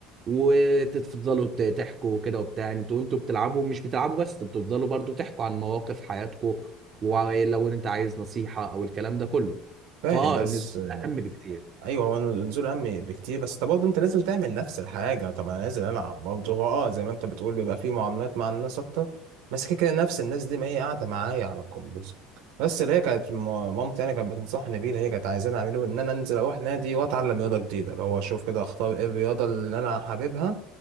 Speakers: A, on the right; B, on the right.
A: وتفضلوا ت- تحكوا كده وبتاع انتوا انتوا بتلعبوا مش بتلعبوا بس انتوا بتفضلوا برضو تحكوا عن مواقف حياتكم ولو ان انت عايز نصيحة او الكلام ده كله
B: فاهم
A: فاه
B: بس
A: النزول اهم بكتير
B: ايوه هو النزول اهم بكتير بس طب برضه انت نازل تعمل نفس الحاجه طب انا نازل العب برضه هو اه زي ما انت بتقول بيبقى فيه معاملات مع الناس اكتر بس كده كده نفس الناس دي ما هي قاعده معايا على الكمبيوتر بس اللي هي كانت م- مامتي يعني كانت بتنصحني بيه اللي هي كانت عايزاني اعمله ان انا انزل اروح نادي واتعلم رياضه جديده اللي هو اشوف كده اختار ايه الرياضه اللي انا حاببها